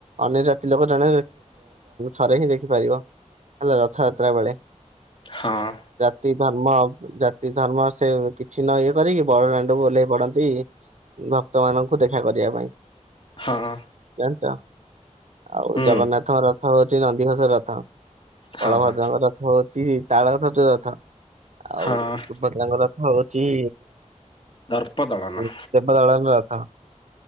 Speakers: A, on the right (about 65°); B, on the left (about 40°).
A: ଅନ୍ୟ ଜାତି ଲୋକ ଜଣେ ଥରେ ହିଁ ଦେଖିପାରିବ ହେଲା ରଥଯାତ୍ରା ବେଳେ।
B: ହଁ।
A: ଜାତି ଧର୍ମ ଜାତି ଧର୍ମ ସେ କିଛି ନ ଇଏ କରିକି ବଡ ଦାଣ୍ଡକୁ ଓହ୍ଲେଇ ପଡନ୍ତି ଭକ୍ତ ମାନଙ୍କୁ ଦେଖା କରିବା ପାଇଁ
B: ହଁ
A: ଜାଣିଛ। ଆଉ
B: ହୁଁ
A: ଜଗନ୍ନାଥଙ୍କ ରଥ ହଉଛି ନନ୍ଦିଘୋଷ ରଥ। ବଳଭଦ୍ରଙ୍କ
B: ହଁ
A: ରଥ ହଉଛି ତାଳଧ୍ୱଜ ରଥ ଆଉ
B: ହଁ
A: ସୁଭଦ୍ରଙ୍କ ରଥ ହଉଛିି
B: ଦର୍ପ ଦଳନ
A: ସେ ଦେବଦଳନ ରଥ।